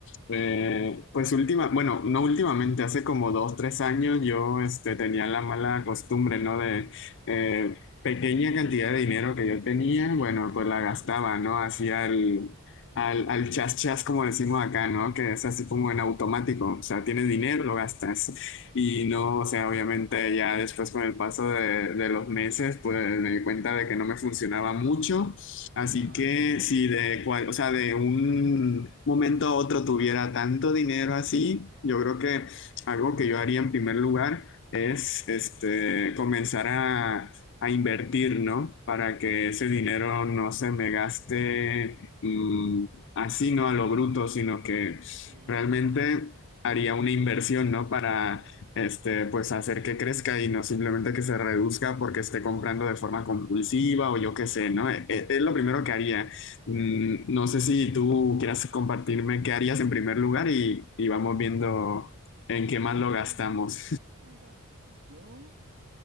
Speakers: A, on the left; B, on the right.
A: eh, pues última, bueno, no últimamente, hace como dos, tres años yo este, tenía la mala costumbre, ¿no? De eh, pequeña cantidad de dinero que yo tenía, bueno, pues la gastaba, ¿no? Hacía el, al, al chas chas, como decimos acá, ¿no? Que es así como en automático, o sea, tienes dinero, lo gastas. Y
B: Sí.
A: no, o sea, obviamente ya después con el paso de, de los meses, pues me di cuenta de que no me funcionaba mucho. Así
B: Ajá,
A: que si de cual, o sea, de un momento a otro tuviera tanto dinero así, yo creo que algo que yo haría en primer lugar es este, comenzar a, a invertir, ¿no? Para que ese dinero no se me gaste mm, así, no a lo bruto, sino que
B: sí.
A: realmente haría una inversión, ¿no? Para este, pues hacer que crezca y no simplemente que se reduzca porque esté comprando de forma compulsiva o yo qué sé, ¿no? E- e- Es, lo primero que haría. Mm, no sé si tú quieras compartirme qué harías en primer lugar y, y vamos viendo en qué más
B: Yo,
A: lo gastamos.
B: mira, yo